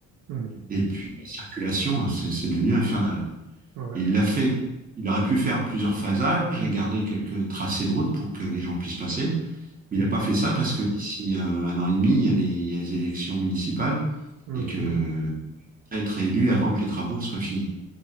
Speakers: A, on the right (about 70°); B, on the right (about 30°).
A: Mhm.
B: et puis la circulation, hein, c'est c'est devenu infernal.
A: Ouais.
B: Et il l'a fait, il aurait pu faire plusieurs phasages et garder quelques tracés de route pour que les gens puissent passer. Mais
A: Mhm.
B: il n'a pas fait ça parce que d'ici euh, un an et demi, il y a les, il y a les élections municipales
A: Mhm.
B: et que il pourrait être élu avant que les travaux soient finis.